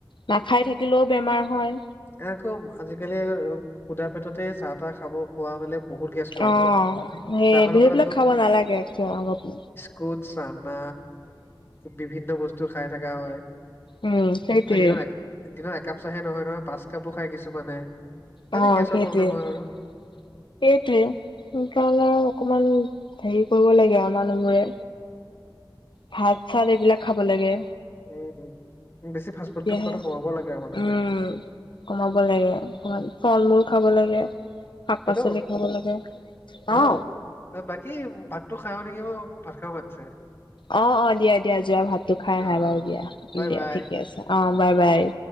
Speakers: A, on the left; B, on the left.
A: নাখাই থাকিলেও বেমাৰ হয়।
B: এ আকৌ আজিকালি সুধা পেটতে চাহ-তাহ খাব খোৱা হ'লে বহুত গেছ কৰেতো
A: অ সেই
B: চাহৰ
A: সেইবিলাক
B: লগত
A: খাব নালাগে একদম আগতে
B: কুত চানা বিভিন্ন বস্তু খাই থকা হয়
A: উম সেইটোৱে
B: আৰু দিনৰ দিনৰ একাপ চাহে নহয় নহয় পাঁচ কাপো খাই কিছুমানে। সেইকাৰণে
A: অহ
B: গেছৰ
A: সেইটোৱে।
B: প্ৰব্লেম হয়
A: সেইটোৱে
B: আৰু
A: সেইকাৰণে আৰু অকমান হেৰি কৰিব লাগে আৰু মানুহবোৰে
B: <inaudible>
A: ভাত-চাত এইবিলাক খাব লাগে।
B: উম উম বেছি ফাষ্ট
A: তেতিয়াহে
B: ফুডটো খোৱাটো কমাব লাগে আৰু মানুহ
A: উম
B: বিলাকে।
A: কমাব লাগে অকণমান ফল মূল খাব লাগে। শাক পাচলি
B: হেল্ল'
A: খাব লাগে
B: হেল্ল'
A: অ।
B: বাকী ভাতটো খাই আহো নেকি, মই মোক ভাত খাব মাতিছে।
A: অ'অ' দিয়া, দিয়া যোৱা ভাততো খাই
B: অ
A: আহা বাৰু
B: অ
A: দিয়া
B: বাই
A: দিয়া
B: বাই
A: ঠিকে আছে, অ' বাই, বাই।